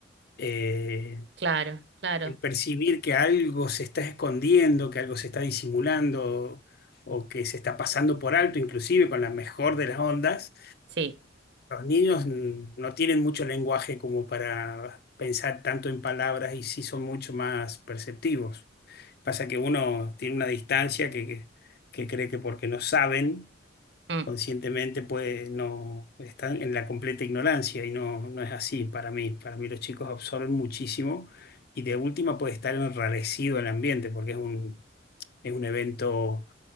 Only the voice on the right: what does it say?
claro, claro,
sí,
mm,